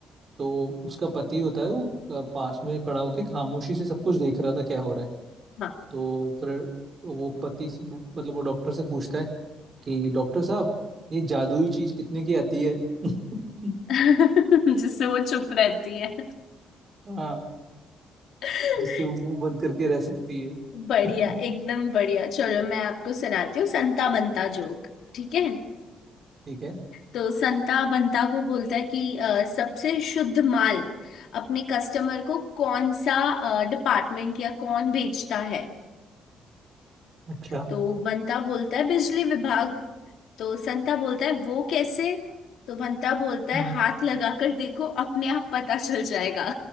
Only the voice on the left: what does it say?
हाँ
<laughs> जिससे वो चुप रहती है
<laughs>
बढ़िया एकदम
बढ़िया चलो मैं आपको सुनाती हूँ संता बनता जोक ठीक है
तो संता बंता को बोलता है कि अ, सबसे शुद्ध माल अपने कस्टमर को कौन सा डिपार्टमेंट या कौन बेचता है
तो बंता बोलता है बिजली विभाग तो संता बोलता है वो कैसे तो बंता बोलता
है हाथ लगा कर देखो अपने आप पता चल जाएगा